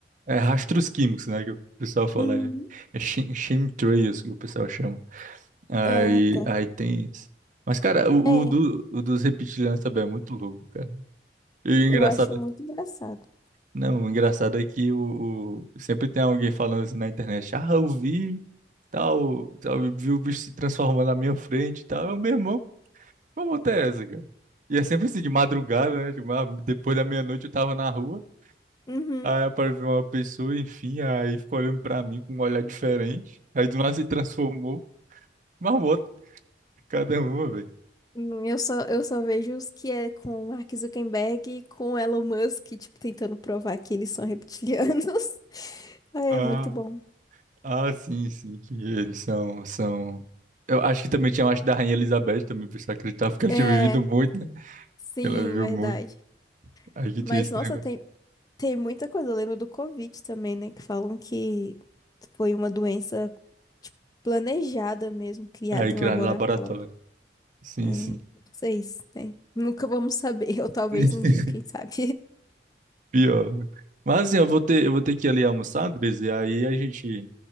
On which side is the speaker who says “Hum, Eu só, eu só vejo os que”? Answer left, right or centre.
Left